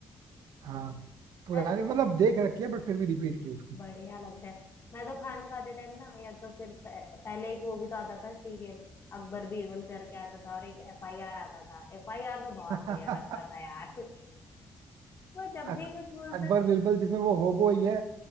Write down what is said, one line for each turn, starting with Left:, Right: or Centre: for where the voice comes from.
Right: हाँ पुरानी
Left: अरे
Right: मतलब देख रखी है बट फिर भी रिपीट की उसको
Left: बढ़िया लगता है मैं तो खाना खाते टाइम ना या तो फिर पह, पहले एक वो भी तो आता था सीरियल अकबर बीरबल करके आता था और एक एफआईआर आता था एफआईआर तो
Right: <laughs>
Left: बहुत बढ़िया लगता था यार <laughs> वो जब भी
Right: अक-
Left: कुछ बोलता
Right: अकबर
Left: था
Right: बिरबल जिसमें वो होबो ही है